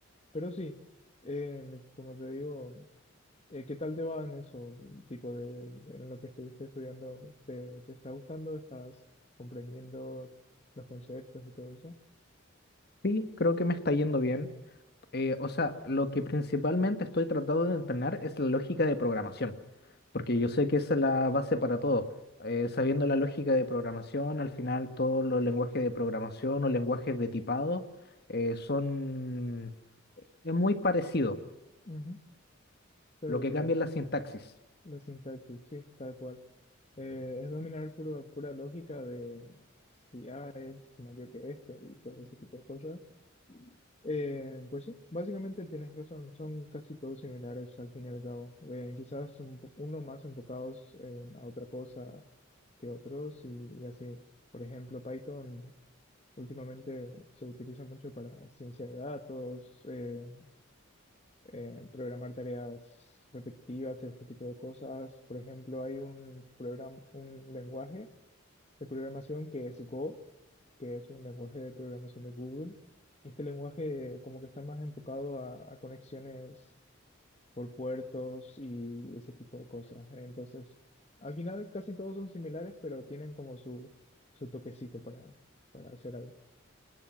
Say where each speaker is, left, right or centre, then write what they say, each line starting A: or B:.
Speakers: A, on the left; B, on the left.
A: Pero sí, eh, como te digo. Eh, ¿qué tal te va en eso, tipo de, en lo que estuviste estudiando? ¿Te, te está gustando? ¿Estás comprendiendo los conceptos y todo eso?
B: Sí, creo que me está yendo bien. Eh, o sea, lo que principalmente estoy tratando de entrenar es la lógica de programación, porque yo sé que esa es la base para todo. Eh, sabiendo la lógica de programación, al final todos los lenguajes de programación o lenguajes de tipado eh, son... es muy parecido.
A: Ujú, Claro,
B: Lo que
A: claro.
B: cambia es la sintaxis.
A: La sintaxis, sí, tal cual. Eh, es dominar puro- pura lógica de si A es mayor que esto y todo ese tipo de cosas. Eh, pues sí, básicamente tienes razón, son casi todos similares al fin y al cabo. Eh, quizás un po- uno más enfocados en- a otra cosa que otros y, y así. Por ejemplo, Python últimamente se utiliza mucho para ciencia de datos, eh, eh, programar tareas repetitivas, ese tipo de cosas. Por ejemplo, hay un programa, un lenguaje de programación que es Go, que es un lenguaje de programación de Google. Y este lenguaje como que está más enfocado a, a conexiones por puertos y ese tipo de cosas. Entonces, al final casi todos son similares, pero tienen como su, su toquecito para, para hacer algo.